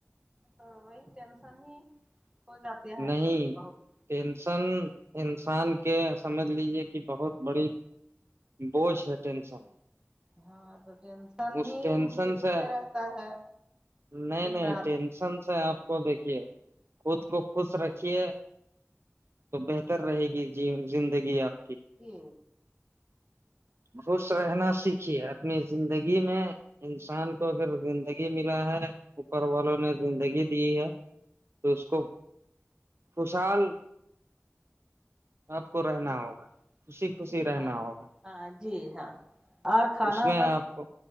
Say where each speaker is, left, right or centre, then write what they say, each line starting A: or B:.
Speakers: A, on the right; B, on the right.
A: تو وہی ٹینشن ہی ہو جاتی ہے
B: نہیں
A: بہت
B: ٹینشن انسان کے سمجھ لیجے کہ بہت بڑی بوجھ ہے ٹینشن
A: ہاں تو ٹینشن
B: اس
A: ہی
B: ٹینشن
A: ملتے
B: سے
A: رہتا ہے
B: نہیں
A: دن
B: نہیں
A: رات
B: ٹینشن سے آپ کو دیکھیے کود کو خوش رکھیے تو بہتر رہے گی جی زندگی آپ
A: ہی
B: بش رہنا سیکھ د اپنی زندگی میں انسان
A: جی
B: کو اگر گی ملا ہے اوپر والوں نے زندگی دی ہے تو اس کو خوشحال آپ کو رہنا
A: جی
B: ہوگا خوشی
A: جی
B: خوشی رہنا
A: ہاں
B: ہوگا
A: ہاں جی ہاں اور کھانا
B: اس میں
A: وانا
B: آپ کو